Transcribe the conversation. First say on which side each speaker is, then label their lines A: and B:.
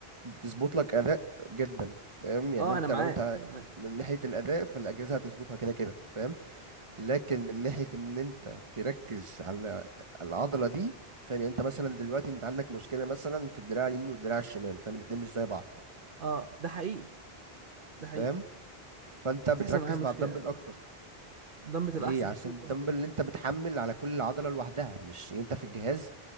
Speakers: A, on the right (about 30°); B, on the right (about 55°).
A: بتظبط لك اداء جدا فاهم يعني
B: اه
A: انت
B: انا معاك
A: لو انت
B: انا معاك
A: من ناحية الاداء فالاجهزة هتظبطها كده كده فاهم لكن من ناحية ان انت تركز على العضلة دي فاهم يعني انت مثلا دلوقتي انت عندك مشكلة مثلا في الدراع اليمين والدراع الشمال فاهم الاتنين مش زي بعض
B: اه ده حقيقي
A: فاهم
B: ده حقيقي
A: فانت
B: بتحصل
A: بتركز
B: معايا مشكله
A: مع الدمبل
B: يعني
A: اكتر
B: الدمبل تبقى
A: ليه
B: احسن
A: عشان
B: بكتير
A: الدمبل
B: طبعا بالنسبه
A: اللي انت
B: لي
A: بتحمل على كل عضلة لوحدها مش يعني انت في الجهاز